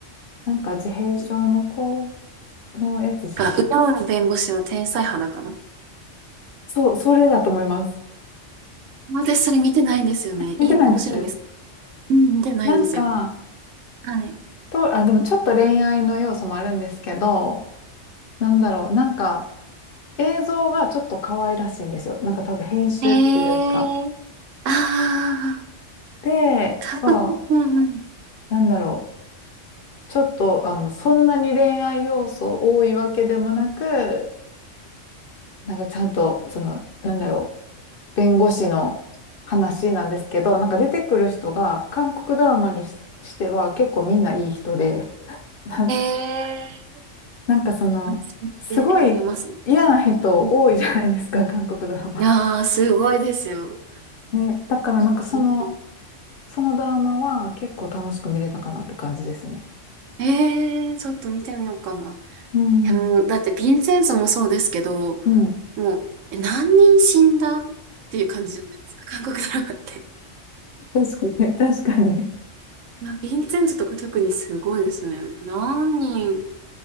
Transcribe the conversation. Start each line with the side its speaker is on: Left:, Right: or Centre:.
Left: なんか自閉症の子のやつし、
Right: あ、ウヤン弁護士の天才肌かな。
Left: そう、それだと思います。
Right: 私それ見てないんですよね。
Left: 見てないんです。
Right: いい、面白いですかうん、見てないんですよ。
Left: なんか、
Right: はい。
Left: と、あ、でもちょっと恋愛の要素もあるんですけど、なんだろう、なんか、映像がちょっと可愛らしいんですよ。なんか多分編集っていうか。
Right: へえ。ああ、
Left: で、
Right: か、
Left: そ
Right: うんうん。
Left: う、なんだろう。ちょっと、あの、そんなに恋愛要素多いわけでもなく、なんかちゃんと、その、なんだろう。弁護士の話なんですけど、なんか出てくる人が、韓国ドラマにし、しては結構みんないい人で、な、
Right: ええー
Left: なんかその、
Right: 安心して見れますもん。
Left: すごい嫌な人多いじゃないですか、
Right: うん
Left: 韓国ドラマ。
Right: いやー、すごいですよ。
Left: ね、だからなんかその、
Right: うん
Left: そのドラマは結構楽しく見れたかなって感じですね。
Right: ええー、ちょっと見てみようかな。
Left: うん。
Right: いや、もう、だってヴィンセンスもそうですけど、
Left: うん。
Right: もう、え何人死んだっていう感じじゃないですか、韓国ドラマって。
Left: 確かに、<laughs> 確かに。
Right: いやヴィンセンスとか特にすごいですね。何人、